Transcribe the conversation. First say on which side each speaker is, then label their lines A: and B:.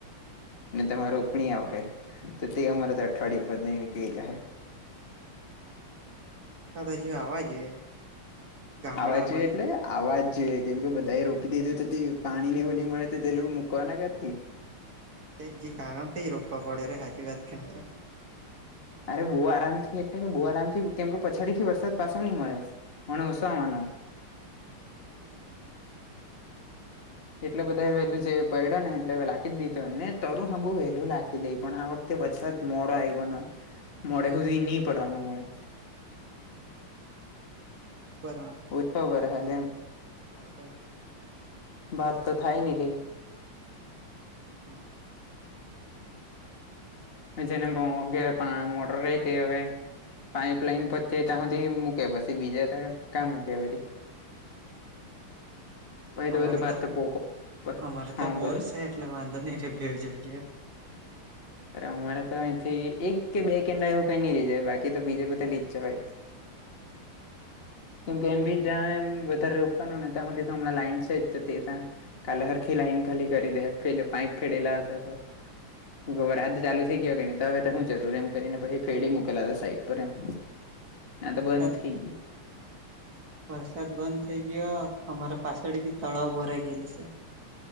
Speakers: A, on the left; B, on the right.
A: ને તમારે ઉપણી આવહે, તો તે અમારે તો અઠવાડયે ઉપર નઈ નીકળી જાહે.
B: વરસાદ હજુ આવા જોઈએ. ગામડામાં
A: આવા જોઈએ એટલે? આવાજ જોઈએ, કેમ કે બધા એ રોપી દીધું તો પાણીને એવું નહીં મળે તો તે લોકો મૂકવાના કેથી?
B: તે જીક આરામ થી રોપા પડે રે હાચી વાત કેવુ તો.
A: અરે બહુ આરામથી એટલે બહુ આરામથી કેમ કે પછાડી થી વરસાદ પાશો નહી મળે. મણ ઓસામાનો
B: તેવીસ
A: એટલે બધા એ વેલુંજે પડ્યો ને, એટલે વે લાખીજ દીધો, ને તરું હાંભું વેલું લાખી દઈ, પણ આ વખ તે વરસાદ મોડો આઇવો ને, મોડે સુધી ની પડવાનો મળે.
B: ત ખબર
A: ઓછો વરસાદ
B: હવા
A: એમ
B: વાદળ પીકર
A: બાત તો થાય ની કઇ
B: હમ્મ
A: જેને પો ગેરે પા મોટર રહી તે હવે પાઈપલાઈન પતહે ત્યાં હુધિ મૂકે પશી બીજા તો કા મૂકે વરી. પછી
B: અમારે
A: બધું ભાત
B: તો
A: પોકો
B: અમારે
A: હા
B: તો બોર
A: બોલની
B: છે. એટલે વાંધો નહી રે ઘેર જગ્યા
A: પર અમારે તો અહીંથી, એક કે બે કેંડા એવું કઈ નઈ લઈ જાય, બાકી તો બીજે બધા લીજ જવાય.
B: હા હા
A: કેમ કે એમ બી જ્યાં એમ વધારે રોપવાનું ને ત્યાં સુધી તો હમણાં લાઈન શે જ તો તે ત્યાં કાલે સરખી લાઈન ખાલી કરી દે, પેલે પાઈપ ફેડેલા હશે તો. ગોબર આદ ચાલુ થઈ ગયો કે નહી, તો હવે તો હું જરૂર એમ કરીને પછી ફેડી મોકલા હતા સાઈડ પર એમ.
B: આ વરસાદ
A: તો બંધ થઈ ગયું
B: વરસાદ બંધ થઈ ગયો, અમારા પાછળે બી તળાવ ભરાઈ ગયેલો શે.